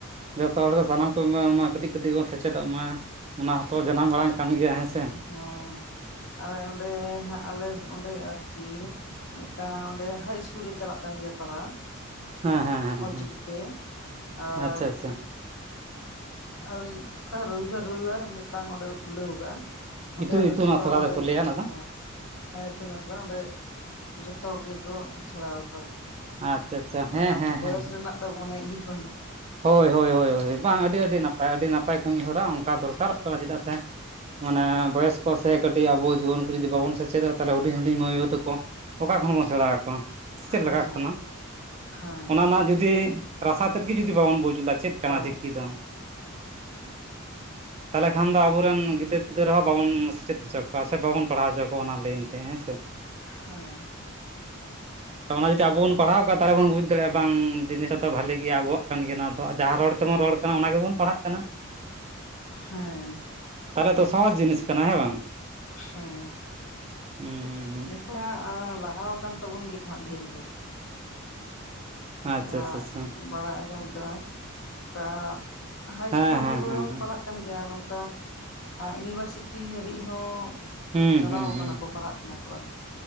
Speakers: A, on the right; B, on the left.
A: ᱡᱚᱛᱚ ᱦᱚᱲ ᱠᱚ ᱥᱟᱱᱟᱢ ᱠᱚ ᱢᱟ ᱠᱟᱹᱴᱤᱡ ᱠᱟᱹᱴᱤᱡ ᱵᱚᱱ ᱥᱮᱪᱮᱫᱚᱜ ᱢᱟ ᱚᱱᱟ ᱦᱚᱸᱛᱚ ᱡᱟᱱᱟᱢ ᱵᱟᱲᱟᱝ ᱠᱟᱱ ᱜᱮᱭᱟ ᱦᱮᱸ ᱥᱮ
B: ᱦᱩᱸ ᱟᱞᱮ ᱚᱸᱰᱮ ᱟᱞᱮ ᱚᱸᱰᱮ ᱟᱨᱠᱤ ᱢᱤᱫᱴᱟᱝ ᱚᱸᱰᱮ ᱦᱟᱭ ᱤᱥᱠᱩᱞ ᱨᱮ ᱪᱟᱞᱟᱜ ᱠᱟᱱᱟ ᱠᱟᱱ ᱜᱮᱭᱟ ᱯᱟᱲᱦᱟᱜ
A: ᱦᱮᱸ ᱦᱮᱸ ᱦᱮᱸ
B: ᱚᱞ
A: ᱦᱮᱸ
B: ᱪᱤᱠᱤ ᱛᱮ ᱟᱨ
A: ᱟᱪᱪᱷᱟ ᱟᱪᱪᱷᱟ
B: ᱟᱨ ᱚᱱᱠᱟ ᱨᱚᱵᱤᱵᱟᱨ ᱨᱚᱵᱤᱵᱟᱨ ᱢᱤᱫᱴᱟᱝ ᱚᱸᱰᱮ ᱠᱚ ᱠᱷᱩᱞᱟᱹᱣ ᱟᱠᱟᱫᱼᱟ
A: ᱤᱛᱩᱱ
B: ᱚᱸᱰᱮ ᱟᱫᱚ
A: ᱤᱛᱩᱱ
B: ᱡᱚᱛᱚ
A: ᱟᱥᱲᱟ
B: ᱚᱸᱰᱮᱧ
A: ᱫᱚᱠᱚ ᱞᱟᱹᱭᱟ
B: ᱦᱮᱸ
A: ᱚᱱᱟ ᱫᱚ
B: ᱦᱮᱸ ᱤᱛᱩᱱ ᱟᱥᱲᱟ ᱚᱸᱰᱮ ᱡᱚᱛᱚᱜᱮᱠᱚ ᱥᱮᱬᱟ ᱟᱠᱚᱣᱟ ᱟᱨᱠᱤ
A: ᱟᱪᱪᱷᱟ ᱟᱪᱪᱷᱟ
B: ᱢᱟᱱᱮ
A: ᱦᱮᱸ ᱦᱮᱸ
B: ᱵᱚᱭᱚᱥ
A: ᱦᱮᱸ
B: ᱨᱮᱱᱟᱜ ᱫᱚ ᱢᱟᱱᱮ ᱤᱭᱟᱹ ᱵᱟᱹᱱᱩᱜᱼᱟ
A: ᱦᱳᱭ ᱦᱳᱭ ᱦᱳᱭ ᱵᱟᱝ ᱟᱹᱰᱤ ᱟᱹᱰᱤ ᱱᱟᱯᱟᱭ ᱟᱹᱰᱤ ᱱᱟᱯᱟᱭ ᱠᱟᱹᱢᱤᱦᱚᱨᱟ ᱚᱱᱠᱟ ᱫᱚᱨᱠᱟᱨᱚᱜ ᱠᱟᱱᱟ ᱪᱮᱫᱟᱜ ᱥᱮ ᱢᱟᱱᱮ ᱵᱚᱭᱚᱥ ᱠᱚ ᱥᱮ ᱠᱟᱹᱴᱤᱡ ᱟᱵᱚ ᱡᱩᱣᱟᱹᱱ ᱠᱚ ᱡᱩᱫᱤ ᱵᱟᱵᱚᱱ ᱥᱮᱪᱮᱫᱚᱜᱼᱟ ᱛᱟᱦᱚᱞᱮ ᱦᱩᱰᱤᱧ ᱦᱩᱰᱤᱧ ᱢᱟᱹᱭ ᱵᱵᱩ ᱛᱟᱠᱚ ᱚᱠᱟ ᱠᱷᱚᱱ ᱵᱚᱱ ᱥᱮᱬᱟ ᱟᱠᱚᱣᱟ ᱥᱮᱪᱮᱫ
B: ᱦᱮᱸ
A: ᱞᱟᱜᱟᱜ ᱠᱟᱱᱟ
B: ᱦᱮᱸ
A: ᱚᱱᱟ ᱨᱮᱱᱟᱜ ᱡᱩᱫᱤ ᱨᱟᱥᱟ ᱛᱮᱫ ᱜᱮ ᱡᱩᱫᱤ ᱵᱟᱵᱚᱱ ᱵᱩᱡᱫᱟ ᱪᱮᱫ ᱠᱟᱱᱟ
B: ᱵᱟ
A: ᱪᱤᱠᱤ ᱫᱚ
B: <unintelligible>
A: ᱛᱟᱦᱚᱞᱮ ᱠᱷᱟᱱ ᱫᱚ ᱟᱵᱚᱨᱮᱱ ᱜᱤᱫᱟᱹᱨᱼ ᱛᱟᱦᱟᱞᱮ ᱟᱵᱚᱨᱤᱱ ᱜᱤᱫᱟᱨ ᱯᱤᱫᱟᱹᱨ ᱦᱚᱸ ᱵᱟᱵᱚᱱ ᱥᱮᱪᱮᱫ ᱦᱚᱪᱚ ᱠᱚᱣᱟ ᱥᱮ ᱵᱟᱵᱚᱱ ᱯᱟᱲᱦᱟᱣ ᱦᱚᱪᱚ ᱠᱚᱣᱟ ᱚᱱᱟ ᱞᱟᱹᱭᱤᱱ ᱛᱮ ᱦᱮᱸ ᱥᱮ
B: ᱦᱮᱸ
A: ᱛᱚ ᱚᱱᱟ ᱡᱩᱫᱤ ᱟᱵᱚ ᱵᱚᱱ ᱯᱟᱲᱦᱟᱣ ᱠᱚᱣᱟ ᱛᱟᱦᱚᱞᱮ ᱵᱚᱱ ᱵᱩᱡᱽ ᱫᱟᱲᱮᱭᱟᱜᱼᱟ ᱵᱟᱝ ᱡᱤᱱᱤᱥ ᱟᱫᱚ ᱵᱷᱟᱹᱞᱤ ᱜᱮᱭᱟ ᱟᱵᱚᱣᱟᱜ ᱠᱟᱱ ᱜᱮᱭᱟ ᱱᱚᱣᱟ ᱫᱚ ᱛᱚ ᱡᱟᱦᱟᱸ ᱨᱚᱲ ᱛᱮᱵᱚᱱ ᱨᱚᱲ ᱠᱟᱱᱟ ᱚᱱᱟ ᱜᱮᱵᱚᱱ ᱯᱟᱲᱦᱟᱜ ᱠᱟᱱᱟ
B: ᱦᱮᱸ
A: ᱛᱟᱦᱚᱞᱮ ᱛᱚ ᱥᱚᱦᱡᱽ ᱡᱤᱱᱤᱥ ᱠᱟᱱᱟ ᱦᱮᱸ ᱵᱟᱝ
B: ᱦᱮᱸ
A: ᱦᱩᱸ ᱦᱩᱸ ᱦᱩᱸ
B: <unintelligible> ᱞᱟᱦᱟ ᱟᱠᱟᱱ ᱛᱟᱵᱚᱱ ᱜᱮᱭᱟ ᱦᱟᱸᱜ ᱰᱷᱮᱨ ᱜᱮ ᱢᱤᱫ
A: ᱟᱪᱪᱷᱟ
B: ᱫᱷᱟᱣ‌
A: ᱟᱪᱪᱷᱟ ᱟᱪᱪᱷᱟ
B: ᱵᱟᱲᱟᱭ ᱟᱸᱡᱚᱢ ᱠᱟᱱᱟ ᱚᱱᱠᱟ ᱦᱟᱭ ᱤᱥᱠᱩᱞ
A: ᱦᱮᱸ
B: ᱨᱮᱦᱚᱸ
A: ᱦᱮᱸ
B: ᱠᱚ
A: ᱦᱮᱸ
B: ᱦᱚᱸ
A: ᱦᱮᱸ
B: ᱯᱟᱲᱦᱟᱜ ᱠᱟᱱ ᱜᱮᱭᱟ ᱱᱚᱝᱠᱟ ᱤᱭᱩᱱᱤᱵᱷᱟᱨᱥᱤᱴᱤ ᱦᱟᱹᱵᱤᱡ ᱦᱚᱸ
A: ᱦᱩᱸ
B: ᱪᱟᱞᱟᱣ
A: ᱦᱩᱸ
B: ᱟᱠᱟᱱᱟ
A: ᱦᱩᱸ
B: ᱠᱚ ᱯᱟᱲᱦᱟᱜ ᱠᱟᱱᱟ ᱠᱚ ᱟᱨᱠᱤ